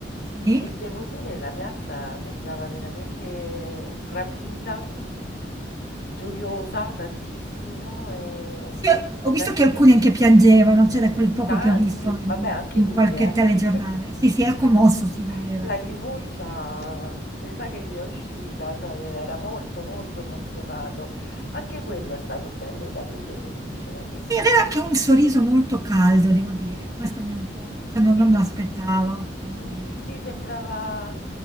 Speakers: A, on the right (about 20°); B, on the left (about 60°).
A: Sì?
B: e devo dire la piazza sembrava veramente rapita, gioiosa tantissimo e
A: Sì, ho ho
B: la-
A: visto che alcuni anche piangevano, cioè da quel poco
B: Tanti,
A: che ho visto in
B: vabbè anche
A: in
B: lui,
A: qualche
B: eh.
A: telegiornale.
B: <laughs>
A: Sì, sì, era commosso, si vedeva,
B: Lagrimuccia,
A: sì, sì.
B: mi sa che gli è uscita, cioè era molto molto emozionato. Anche quello è stato bello da vedere, sinceramente.
A: Sì, aveva anche un sorriso molto caldo, devo dire. Questo mi è un po' cioè non
B: Sì,
A: non me l'aspettavo, devo
B: mm,
A: dire.
B: sì, sembrava,